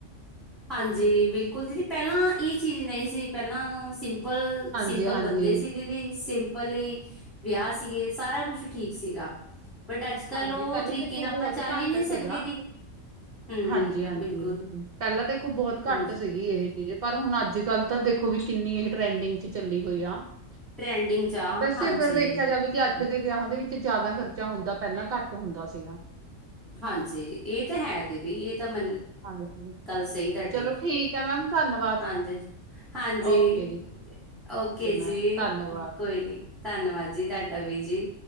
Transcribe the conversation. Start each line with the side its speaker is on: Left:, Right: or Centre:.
Centre: ਹਾਂਜੀ, ਬਿਲਕੁਲ ਦੀਦੀ ਪਹਿਲਾਂ ਇਹ ਚੀਜ਼ ਨਹੀਂ ਸੀ, ਪਹਿਲਾਂ ਸਿੰ ਸਿੰਪਲ, ਸਿੰਪਲ
Right: ਹਾਂਜੀ ਹਾਂਜੀ
Centre: ਬੰਦੇ ਸੀਗੇ ਦੀਦੀ ਸਿੰ ਸਿੰਪਲੀ ਵਿਆਹ ਸੀਗੇ, ਸਾਰਾ ਕੁਛ ਠੀਕ ਸੀਗਾ। ਬਟ ਅੱਜ ਕੱਲ੍ਹ
Right: ਹਾਂਜੀ
Centre: ਉਹ
Right: ਪਹਿਲਾਂ
Centre: ਤਰੀਕੇ
Right: ਦੇਖੋ
Centre: ਨਾਲ
Right: ਬਹੁਤ
Centre: ਆਪਾਂ ਚੱਲ
Right: ਘੱਟ
Centre: ਹੀ ਨਹੀਂ ਸਕਦੇ
Right: ਸੀਗਾ
Centre: ਦੀ। ਹਮ
Right: ਹਾਂਜੀ-ਹਾਂਜੀ,
Centre: ਬਿਲਕੁਲ।
Right: ਪਹਿਲਾਂ ਦੇਖੋ ਬਹੁਤ
Centre: ਹਾਂਜੀ
Right: ਘੱਟ ਸੀਗੀ ਇਹੇ ਪਰ ਹੁਣ ਅੱਜ ਕੱਲ੍ਹ ਤਾਂ ਦੇਖੋ ਵੀ ਕਿੰਨੀ ਇਹ ਟਰੈਂਡਿੰਗ ਚ ਚੱਲੀ ਹੋਈ ਆ। <unintelligible>
Centre: ਟਰੈਂਡਿੰਗ ਚ ਆ
Right: ਬਸ
Centre: ਹਾਂਜੀ,
Right: ਅਗਰ ਦੇਖਿਆ ਜਾਵੇ ਕਿ ਅੱਜ ਅੱਜ ਦੇ ਵਿਆਹਾਂ ਦੇ ਵਿੱਚ ਜਿਆਦਾ ਖਰਚਾ ਹੁੰਦਾ, ਪਹਿਲਾਂ ਘੱਟ ਹੁੰਦਾ ਸੀਗਾ।
Centre: ਹਾਂਜੀ, ਇਹ ਤਾਂ ਹੈ ਦੀਦੀ ਇਹ ਤਾਂ ਮਨ
Right: ਹਾਂਜੀ,
Centre: <inaudible> ਗੱਲ ਸਹੀ ਤੁਹਾਡੀ
Right: ਚਲੋ ਠੀਕ ਹੈ ਮੈਮ
Centre: <inaudible>
Right: ਧੰਨਵਾਦ
Centre: ਹਾਂਜੀ <inaudible> ਹਾਂਜੀ।
Right: ਓਕੇ ਜੀ।
Centre: ਓਕੇ
Right: ਮੈਮ
Centre: ਜੀ,
Right: ਧੰਨਵਾਦ।
Centre: ਕੋਈ ਨੀ ਧੰਨਵਾਦ ਜੀ ਤੁਹਾਡਾ ਵੀ ਜੀ।